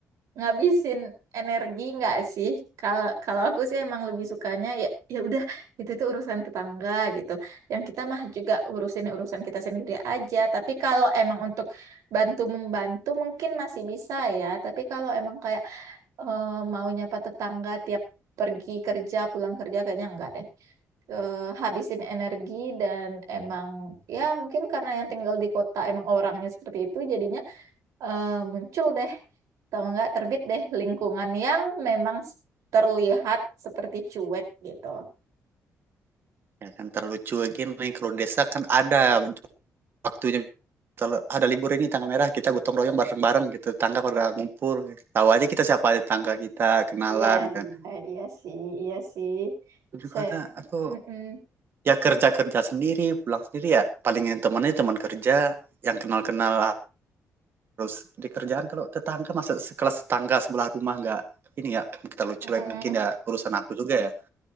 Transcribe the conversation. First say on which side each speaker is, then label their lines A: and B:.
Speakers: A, on the right; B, on the right.
A: ngabisin energi nggak sih? Kalau kalau aku sih emang lebih sukanya ya ya udah itu tuh urusan tetangga gitu. Yang kita mah juga urusin urusan kita sendiri aja. Tapi kalau emang untuk bantu membantu mungkin masih bisa ya. Tapi kalau emang kayak eh, mau nyapa tetangga tiap pergi kerja pulang kerja kayaknya enggak deh. Eh, habisin energi dan emang ya mungkin karena yang tinggal di kota emang orangnya seperti itu jadinya eh, muncul deh atau enggak terbit deh lingkungan yang memang terlihat seperti cuek gitu.
B: ya kan terlucu gini kalau desa kan ada waktunya ada libur ini tanggal merah kita gotong royong bareng-bareng gitu tangga pada ngumpul tahu aja kita siapa aja tangga kita kenalan
A: Iya,
B: kan
A: iya, iya sih, iya sih.
B: Terus
A: Saya,
B: kata aku
A: Mm-mm.
B: ya kerja kerja sendiri pulang sendiri ya paling yang temannya teman kerja yang kenal-kenal terus di kerjaan kalau tetangga masa sekelas tetangga sebelah rumah nggak ini ya kita lucu
A: Mm-mm.
B: like mungkin ya urusan aku juga ya